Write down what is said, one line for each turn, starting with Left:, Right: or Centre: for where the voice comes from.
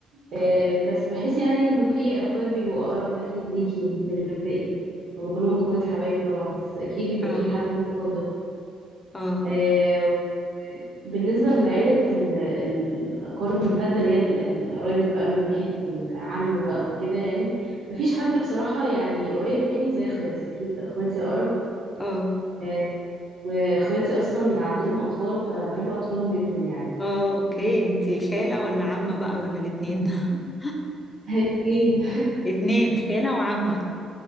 Right: آه، بس بحس يعني انه في اخوات بيبقوا اقرب اكيد ليكي من الباقي هم كلهم اخواتي حبايبي طبعا بس اكيد بيبقى
Left: اه
Right: في حد مفضل
Left: اه
Right: آه، بالنسبة لعيلة ال- ال- الأقارب الممتدة اللي هي ال- ال- قرايبك بقى من ناحية العم بقى وكده يعني مفيش حد بصراحة يعني قريب مني زي اخواتي أكيد اخواتي أقرب
Left: اه
Right: آه، واخواتي أصلا عندهم أطفال فبحب أطفالهم جدا يعني
Left: اه اوكي أنت خالة ولا عمة بقى ولا الاتنين؟ <laughs>
Right: هي اتنين
Left: اتنين خالة وعمة